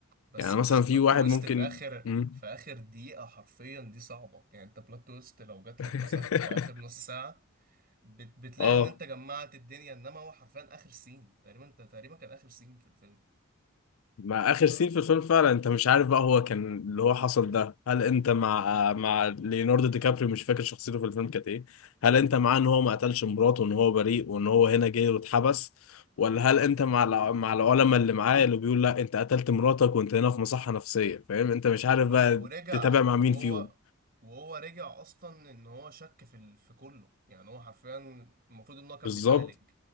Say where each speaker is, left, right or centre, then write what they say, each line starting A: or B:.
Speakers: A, on the right; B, on the left.
A: بس
B: يعني
A: بس
B: مثلا
A: بلوت
B: في واحد
A: تويست
B: ممكن
A: في اخر
B: مم.
A: في اخر دقيقه حرفيا دي صعبه يعني انت بلوت تويست لو جات
B: <laughs>
A: لك مثلا في اخر نص ساعه بت بتلاقي
B: اه
A: ان انت جمعت الدنيا انما هو حرفيا اخر سين تقريبا انت تقريبا كان اخر سين في الفيلم
B: مع اخر
A: ف
B: سين في الفيلم فعلا انت مش عارف بقى هو كان اللي هو حصل ده هل انت مع مع ليوناردو دي كابريو مش فاكر شخصيته في الفيلم كانت ايه هل انت معاه ان هو ما قتلش مراته وان هو بريء وان هو هنا جه واتحبس ولا هل انت
A: مم.
B: مع الع- مع العلماء اللي معاه اللي بيقول لا انت قتلت مراتك وانت هنا في مصحة نفسية فاهم انت مش
A: اه
B: عارف
A: ولا
B: بقى
A: ورجع
B: تتابع مع مين
A: وهو
B: فيهم
A: وهو رجع اصلا ان هو شك في ال... في كله يعني هو حرفيا المفروض ان هو كان
B: بالظبط
A: بيتعالج